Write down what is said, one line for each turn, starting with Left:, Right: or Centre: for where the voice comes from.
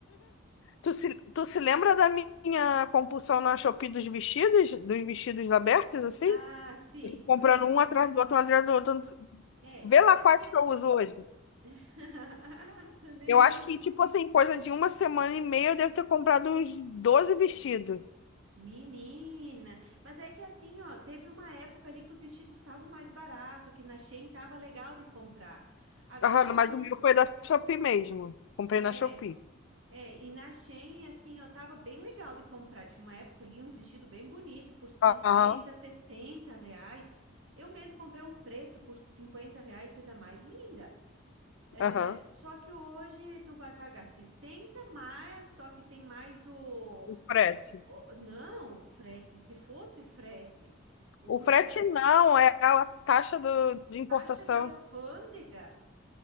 Left: Tu se, tu se lembra da minha compulsão na Shopee dos vestidos, dos vestidos abertos, assim?
Right: Ah, sim.
Left: comprando
Right: aham.
Left: um atrás do outro, um atrás do outro.
Right: É,
Left: Vê lá
Right: mais
Left: quais
Right: ou menos.
Left: que eu uso hoje.
Right: <laughs> Nenhum.
Left: Eu acho que, tipo assim, coisa de uma semana e meia eu devo ter comprado uns doze vestidos.
Right: Menina, mas é que assim, ó, teve uma época ali que os vestidos estavam mais barato, que na Shein tava legal de comprar. Agora
Left: Aham, mas
Right: com
Left: o
Right: esse,
Left: meu foi da Shopee mesmo. Comprei
Right: é,
Left: na Shopee.
Right: É, e na Shein, assim, ó, tava bem legal de comprar. Tinha uma época ali, uns vestidos bem bonito por cinquenta,
Left: Aham,
Right: sessenta reais. Eu mesmo comprei um preto por 50 reais, coisa mais linda. É,
Left: aham.
Right: só que hoje tu vai pagar 60 mas só que tem mais o,
Left: O frete.
Right: o- Não, frete, se fosse frete. O
Left: O
Right: problema
Left: frete não, é a taxa do,
Right: é
Left: de importação.
Right: taxa de alfândega.